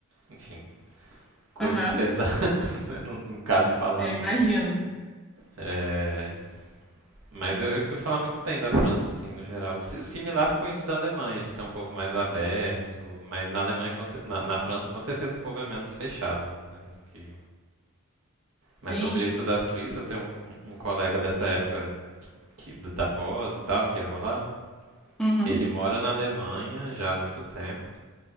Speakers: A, on the right (about 70°); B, in the centre.
A: enfim, coisas
B: Aham,
A: pesadas, <laughs> né? não, não cabe falar
B: eu
A: muito.
B: imagino.
A: É, mas eu, eu escuto falar muito bem da França, assim, no geral. Si- similar com isso da Alemanha, de ser um povo mais aberto. Mas na Alemanha, com cer- na, na França, com certeza o povo é menos fechado, né, do que...
B: Sim,
A: Mas sobre isso da Suíça, eu tenho um, um- um colega dessa época que, d- da pós e tal, que ia rolar.
B: uhum,
A: Ele mora na Alemanha já há muito tempo.